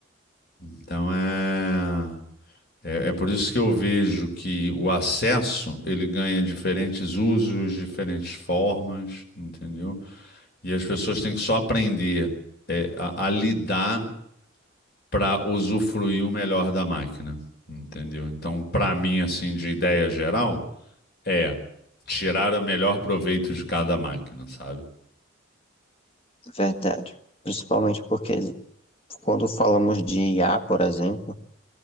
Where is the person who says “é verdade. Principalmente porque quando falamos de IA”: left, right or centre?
Left